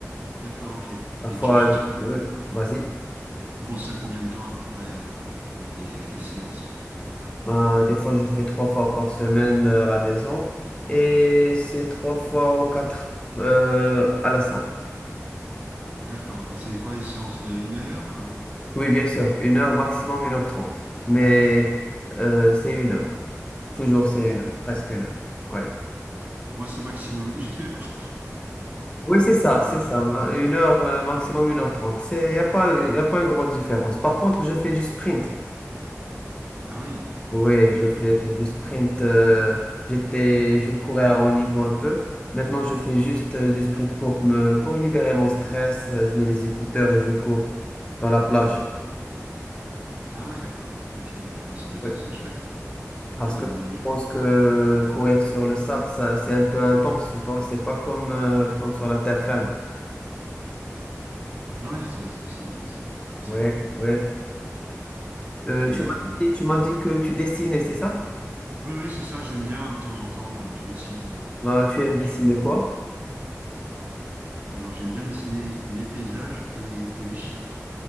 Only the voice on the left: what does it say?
Parfois,
je-
oui, vas-y.
Ben, des fois, je fais trois fois par semaine euh, à la maison et c'est trois fois ou quatre euh, à la salle.
Oui, bien sûr, une heure, maximum une heure trente. Mais euh, c'est une heure. Toujours c'est
une heure, presque une heure. Oui.
Oui, c'est ça,
c'est ça.
ma- Une heure, euh, maximum une heure trente. C'est, y a pas, y a pas une grande différence. Par contre, je fais du sprint.
Oui, je fais
du sprint. euh, j'étais, je courais à haut niveau un peu. Maintenant, je fais juste euh, du sprint pour me, pour libérer mon stress. Euh, Je mets les écouteurs et je cours dans la plage.
Oui.
Parce
que je
pense que courir sur le sable, ça, c'est un peu intense, tu vois. C'est pas comme, euh, comme sur la terre ferme.
Oui, oui. Euh,
tu m'as
dit, tu m'as dit que tu dessinais, c'est ça?
Ah, tu
aimes dessiner
quoi?